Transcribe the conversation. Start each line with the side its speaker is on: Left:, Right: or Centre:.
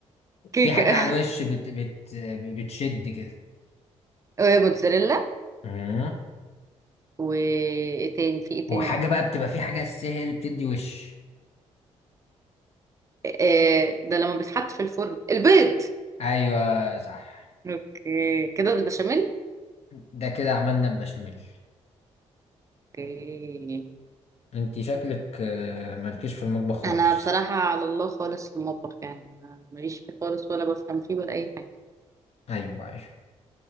Right: كيكة
Left: في حاجة على الوش بت بت بتشد كده
Right: <laughs> وموتزاريلا
Left: مم.
Right: وايه تاني في ايه تاني
Left: وحاجة
Right: عندك
Left: بقى بتبقى في حاجة أساسية هي اللي بتدي وش
Right: آه ده لما بيتحط في الفرن البيض
Left: أيوة صح
Right: اوكي كده البشاميل
Left: ده كده عملنا البشاميل
Right: اوكي
Left: انت شكلك آه، مالكيش في المطبخ خالص
Right: انا بصراحة على الله خالص في المطبخ يعني ما- ماليش فيه خالص ولا بفهم فيه ولا اي حاجة
Left: أيوة أيوة